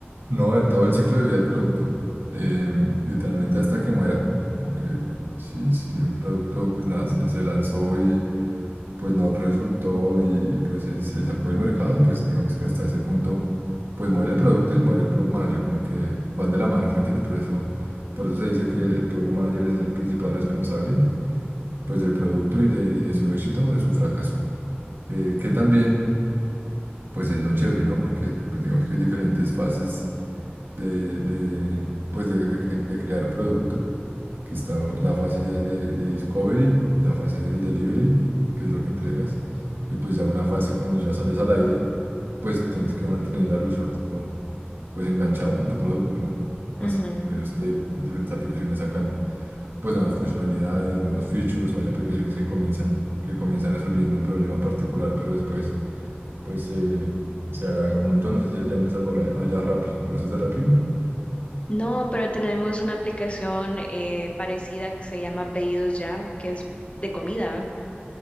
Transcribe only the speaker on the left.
Ujú.
No, pero tenemos una aplicación eh, parecida que se llama Pedidos Ya, que es de comida.